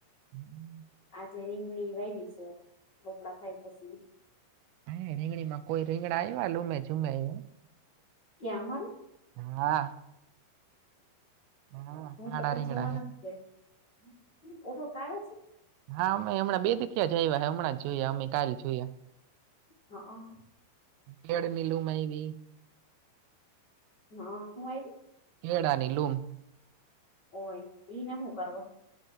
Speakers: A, on the right; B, on the left.
A: <inaudible>
B: આજે રીંગણી વાઇવી સે <unintelligible> થાય પસી.
A: અય રીંગણીમાં કોઈ રીંગણા આવ્યા લુમે જુમે આઈવા.
B: કે અમારૂ
A: આવ્યા હા હા
B: હું
A: કાળા
B: તો કઈ
A: રીંગણા
B: જોવા
A: હે
B: નથી ગઈ. <unintelligible> કાઢ્યો છે.
A: હા અમે હમણાં બે <unintelligible> હમણાં જ જોયા અમે. કાલ જોયા
B: હા હા
A: કેળની લૂમ આવી.
B: હા હું આઈવી?
A: કેળાની લુંમ
B: ઓય પી ને હું કરવા